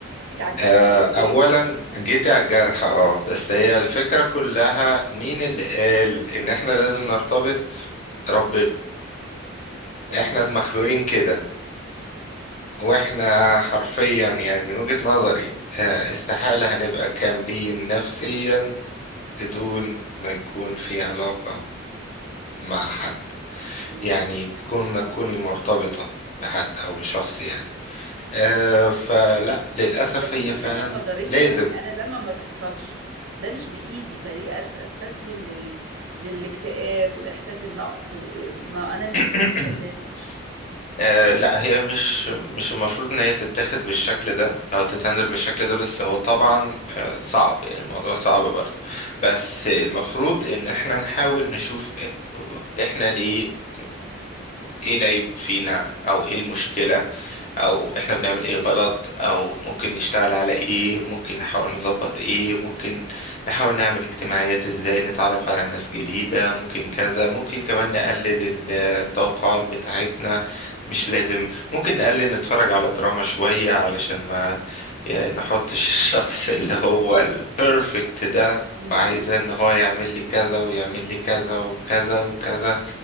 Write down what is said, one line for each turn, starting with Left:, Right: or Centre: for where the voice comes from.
Right: جيت على الجرح
Left: آه،
Right: ولا ايه
Left: اولا
Right: <laughs>
Left: جيت على الجرح اه بس هي الفكرة كلها مين اللي قال ان احنا لازم نرتبط ربنا
Right: تمام
Left: احنا مخلوقين كده واحنا حرفيا يعني من وجهة نظري آه، استحالة هنبقى كاملين نفسيا بدون ما يكون في علاقة مع حد
Right: تمام
Left: يعني تكون ما تكوني مرتبطة بحد أو بشخص يعني آه فلا للأسف
Right: بس
Left: هي
Right: دي
Left: فعلا
Right: حاجة قدرية
Left: لازم
Right: يعني أنا لما ما تحصلش ده مش بإيدي فليه أت- أستسلم لل... للاكتئاب والإحساس النقص و... ما أنا مش
Left: <clears throat>
Right: بإيدي أساسا
Left: آه لا هي مش مش المفروض إن هي تتاخد بالشكل ده أو تتعامل بالشكل ده بس هو طبعا آه صعب يعني الموضوع صعب برضه بس المفروض إن احنا نحاول نشوف إيه- إحنا ليه ايه العيب فينا او ايه المشكلة او احنا بنعمل ايه غلط او ممكن نشتغل على ايه ممكن نحاول نظبط ايه ممكن نحاول نعمل اجتماعيات ازاي نتعرف على ناس جديدة ممكن
Right: مم.
Left: كذا ممكن كمان نقلل التوقعات بتاعتنا مش لازم ممكن نقلل نتفرج على دراما شوية علشان ما يعني نحطش <laughs> الشخص اللي هو البرفكت ده
Right: مم.
Left: وعايزاه ان هو يعمل لي كذا ويعمل لي كذا وكذا وكذا